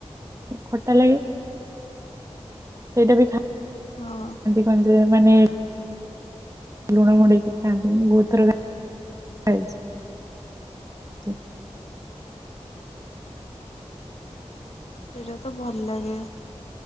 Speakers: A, on the right (about 30°); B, on the left (about 65°).
A: ଏ ଖଟା ଲାଗେ। ସେଇଟା ବି ଖା
B: ହଁ।
A: କ ଯେ ମାନେ ଲୁଣ ମଡେଇକି ଖାଆନ୍ତି ମୁଁ ବହୁଥର ଖା ଖାଇଚି। ହୁଁ
B: ସେଇଟା ତ ଭଲ ଲାଗେ।